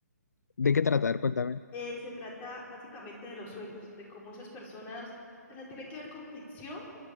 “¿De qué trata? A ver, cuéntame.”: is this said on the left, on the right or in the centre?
Left